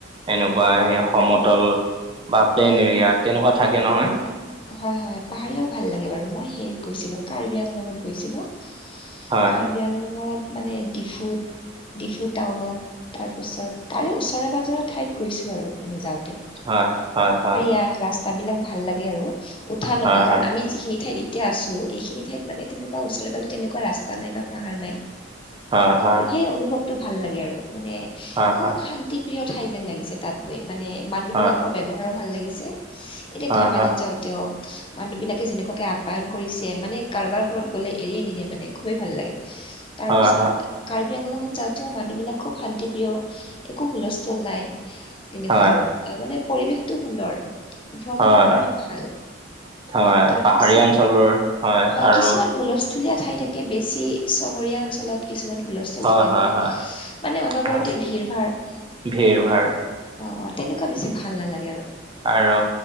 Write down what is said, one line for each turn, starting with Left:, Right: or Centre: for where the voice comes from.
Right: এনেকুৱা সেই সমতল। বা প্লেইন
Left: অ
Right: এৰিয়া তেনেকুৱা থাকে নহয়।
Left: উম হয়, হয় পাহাৰীয়াও ভাল লাগে বাৰু মই হেৰিত গৈছিলোঁ কাৰ্বি আংলত গৈছিলোঁ।
Right: হয়
Left: কাৰ্বি আংলঙত মানে ডিফুত। ডিফু টাউনত তাৰপিছত তাৰে ওচৰে পাঁজৰে ঠাইত গৈছোঁ আৰু মানে যাওঁতে।
Right: হয়, হয়, হয়।
Left: এয়া ৰাস্তা বিলাক ভাল লাগে আৰু উঠা নমা
Right: হয়
Left: কাৰণ
Right: হয়।
Left: আমি যিখিনি ঠাইত এতিয়া আছোঁ এইখিনি ঠাইত মানে তেনেকুৱা ওচৰে পাজে তেনেকুৱা ৰাস্তা নাই বা পাহাৰ নাই
Right: হয় হয়
Left: ত' সেই অনুভৱ টো ভাল লাগে আৰু মানে
Right: হয়
Left: খুব
Right: হয়
Left: শান্তি প্ৰিয় ঠাই যেন লাগিছিল তাত গৈ মানে মানুহ
Right: হয়
Left: বিলাকৰ ব্যৱহাৰো ভাল লাগিছে এতিয়া
Right: হয়
Left: ধেমাজিত
Right: হয়
Left: যাওঁ তেওঁক মানুহবিলাকে যেনেকুৱাকৈ আপ্যায়ন কৰিছে মানে কাৰোবাৰ ঘৰত গ'লে এৰি নিদিয়ে মানে খুবেই ভাল লাগে তাৰপিছত
Right: হয়
Left: কাৰ্বি আংলঙত যাওঁতেও মানুহ বিলাক খুব শান্তি প্ৰিয় একো হুলস্থুল নাই তেনেকুৱা
Right: হয়
Left: আৰু মানে পৰিৱেশটো সুন্দৰ। ভ্ৰমণৰ
Right: হয়
Left: কাৰণে ভাল।
Right: হয় হয়
Left: তাৰ
Right: পাহাৰীয়া
Left: পিছত
Right: অঞ্চলবোৰ
Left: হয়
Right: আৰু
Left: কিছুমান হুলস্থুলীয়া ঠাই থাকে। কৈ বেছি চহৰীয়া অঞ্চলত কিছুমান হুলস্থল
Right: হয়
Left: থাকে
Right: হয়
Left: নহয়
Right: হয়
Left: মানে অনবৰতে
Right: হয়
Left: ভিৰ ভাৰ। অ',
Right: ভিৰ ভাৰ
Left: অ', তেনেকুৱা বেছি ভাল নালাগে আৰু।
Right: আৰু